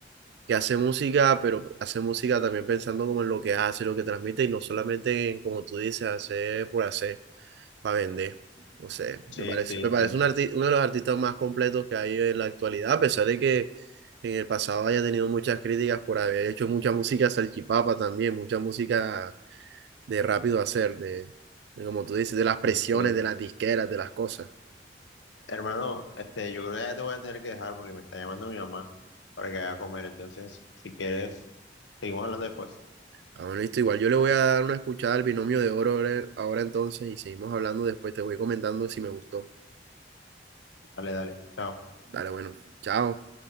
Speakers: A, on the right (about 65°); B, on the left (about 85°).
A: que hace música, pero hace música también pensando como en lo que hace, lo que transmite y no solamente en, como tú dices, hacer por hacer, para vender. No sé,
B: Sí,
A: me parece,
B: sí,
A: me parece
B: sí,
A: un arti- uno de los artistas más completos que hay en la actualidad, a pesar de que en el pasado haya tenido muchas críticas por haber hecho mucha música salchipapa también, mucha música de rápido hacer, de, de como tú dices, de las presiones,
B: sí, sí.
A: de las disqueras, de las cosas.
B: Hermano, este, yo creo que ya te voy a tener que dejar porque me está llamando mi mamá para que vaya a comer. Entonces, si quieres, seguimos hablando después.
A: Ah, bueno, listo, igual yo le voy a dar una escuchada al binomio de oro ahora ahora entonces y seguimos hablando después, te voy comentando si me gustó.
B: Dale, dale. Chao.
A: Dale, bueno. Chao.